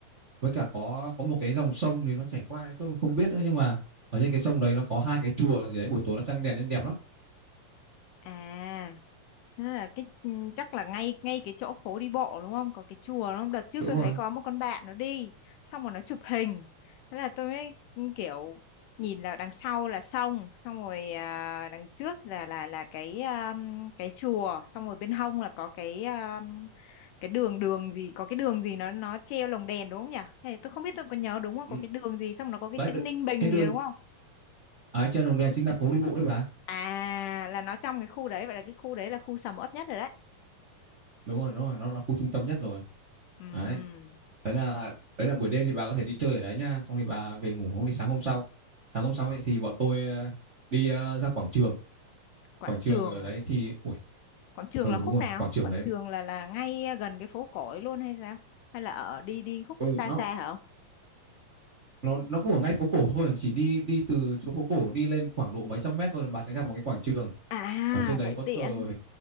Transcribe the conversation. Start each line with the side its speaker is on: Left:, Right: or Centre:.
Right: Với cả có có một cái dòng sông thì nó chảy qua đấy, tôi cũng không biết nữa nhưng mà ở trên cái sông đấy nó có hai cái chùa gì đấy buổi tối nó trăng đèn nên đẹp lắm.
Left: à Thế là cái ừ, chắc là ngay ngay cái chỗ phố đi bộ đúng không? Có cái chùa đúng không? Đợt trước
Right: Đúng
Left: tôi
Right: rồi.
Left: thấy có một con bạn nó đi, xong rồi nó chụp hình. Thế là tôi mới ừ, kiểu nhìn là đằng sau là sông, xong rồi à, đằng trước là là là cái um, cái chùa, xong rồi bên hông là có cái um, cái đường đường gì, có cái đường gì nó nó treo lồng đèn đúng không nhỉ? Hay tôi không biết tôi có nhớ đúng không?
Right: Ừ.
Left: Có cái đường gì xong nó có cái
Right: Đấy,
Left: chữ
Right: đ-
Left: Ninh Bình
Right: cái
Left: gì
Right: đường
Left: đúng không?
Right: Đấy, trên Đồng Đèn chính là phố đi bộ đấy bà.
Left: À là nó trong cái khu đấy, vậy là cái khu đấy là khu sầm uất nhất rồi đấy.
Right: Đúng rồi, đúng rồi, nó là khu trung tâm nhất rồi.
Left: Ừm,
Right: Đấy. Thế là đấy là buổi đêm thì bà có thể đi chơi ở đấy nhá, xong thì bà về ngủ hôm đi sáng hôm sau. Sáng hôm sau ấy thì bọn tôi ờ, đi ờ, ra quảng trường.
Left: quảng
Right: Quảng trường
Left: trường
Right: ở đấy
Left: à?
Right: thì ui,
Left: Quảng Trường
Right: ừ
Left: là khúc
Right: đúng rồi,
Left: nào?
Right: quảng trường
Left: Quảng
Right: đấy
Left: Trường là là ngay à, gần cái phố cổ ấy luôn hay sao? Hay là ở đi đi khúc
Right: ừ
Left: xa
Right: nó
Left: xa hả ông?
Right: nó nó cũng ở ngay phố cổ thôi, chỉ đi đi từ chỗ phố cổ đi lên khoảng độ mấy trăm mét thôi là bà sẽ gặp một cái quảng trường.
Left: À,
Right: Ở trên đấy
Left: vậy
Right: có
Left: tiện.
Right: thờ